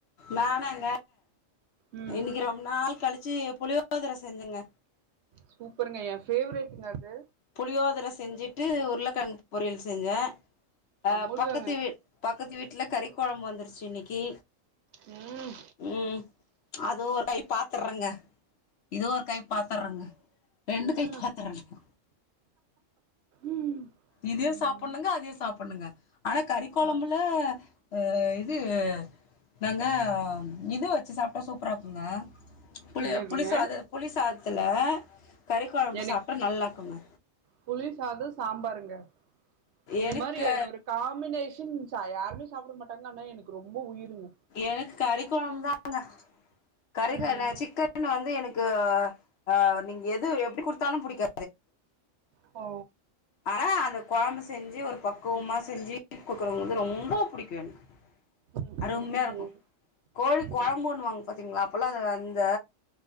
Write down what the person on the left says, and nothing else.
நானாங்க
இன்னைக்கி ரொம்ப நாள் கழிச்சி புளியோதர செஞ்சேங்க
புளியோதர செஞ்சுட்டு உருளகெழங்கு பொரியல் செஞ்சே அ
பக்கத்து வீட் பக்கத்து வீட்ல கறி கொழம்பு வந்துருச்சு இன்னைக்கி
ம் அதுவு ஒரு கை பாத்துற்றங்க இதுவு ஒரு கை பாத்துற்றங்க ரெண்டு
கை பாத்துற்றங்க
இதையு
சாப்புட்ணுங்க அதையு சாப்புட்ணுங்க ஆனா கறி கொழம்புல
ஆ இது நாங்க இத வச்சு சாப்டா சூப்பரா இருக்குங்க புளி
புளி சாத புளி சாதத்துல கறி கொழம்பு
சாப்டா நல்லாக்குங்க
எனக்கு
எனக்கு கறி கொழம்பு தாங்க கறிக்க
னா சிக்கன் சிக்கன் வந்து எனக்கு ஆ நீங்க எது எப்புடி குடுத்தாலு புடிக்கு
ஆனா அந்த கொழம்பு செஞ்சு ஒரு பக்குவமா செஞ்சு குடுக்குறவங்களுக்கு ரொம்ப புடிக்கு எனக்கு
அருமையா
இருக்கு கோழி கொழம்புன்னு
வாங்க பாத்தீங்களா அப்பெல்லா அது அந்த